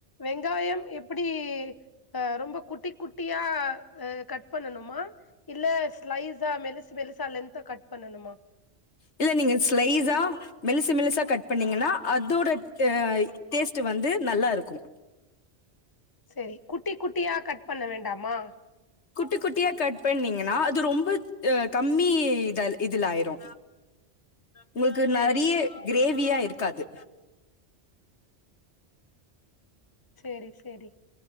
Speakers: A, on the left; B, on the left.
A: வெங்காயம் எப்டி அஹ் ரொம்ப குட்டி குட்டியா அஹ் கட் பண்ணணுமா இல்ல ஸ்லைஸா மெல்லிசு மெல்லிசு சா லென்தா கட் பண்ணணுமா
B: இல்ல நீங்க ஸ்லைஸா மெல்லிசு மெல்லிசா கட் பண்ணீங்கனா அதோட அஹ் டேஸ்ட்டு வந்து நல்லா இருக்கு
A: செரி குட்டி குட்டியா கட் பண்ண வேண்டாமா
B: குட்டி குட்டியா கட் பண்ணீங்கனா அது ரொம்ப அஹ் கம்மி இதால் இதுலாயிரு உங்கள்க்கு
A: செரி
B: நறிய க்ரேவ் வியா இருக்காது
A: செரி செரி